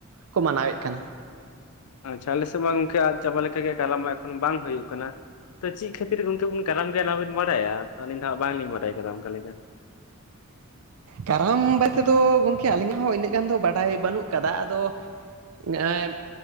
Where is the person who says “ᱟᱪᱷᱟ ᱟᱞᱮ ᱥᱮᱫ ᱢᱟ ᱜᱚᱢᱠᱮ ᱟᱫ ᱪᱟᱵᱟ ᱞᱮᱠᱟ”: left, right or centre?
Left